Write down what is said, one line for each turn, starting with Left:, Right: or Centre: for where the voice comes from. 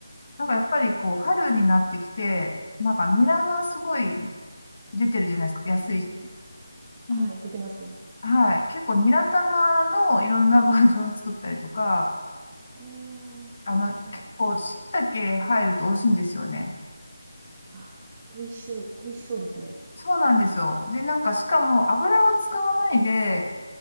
Left: なんかやっぱりこう、
Right: はい。
Left: 春になってきて、なんかニラがすごい出てるじゃないですか。安い。
Right: うん、おー
Left: うん、
Right: はい、出てますね。
Left: はい。結構ニラ玉のいろんなバージョン作ったりとか、
Right: あー、
Left: あの、
Right: はい。
Left: 結構椎茸入ると美味しいんですよね。
Right: あ、美味しそう、美味しそうですね。
Left: そうなんですよ。で、なんか、しかも油を使わないで、
Right: うん。